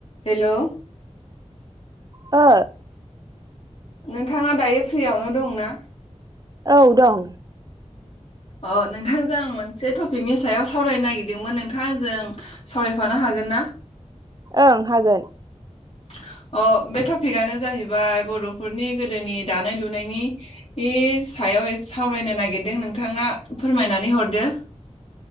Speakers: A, on the left; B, on the right.
A: हेलौ
B: हो
A: नोंथांङा दायो फ्रियावनो दंना?
B: औ दं।
A: अ नोंथांजों आं मोनसे टपिकनि सायाव सावरायनो नागिरदोंमोन नोंथांंजों सावरायफानो हागोन। हागोन ना?
B: ओं हागोन।
A: <inaudible> अ बे टपिकआनो जाहैबाय बर'फोरनि गोदोनि दानाय लुनायनि इ सायाव सावरायनो नागिरदों नोंथांङा फोरमायनानै हरदो।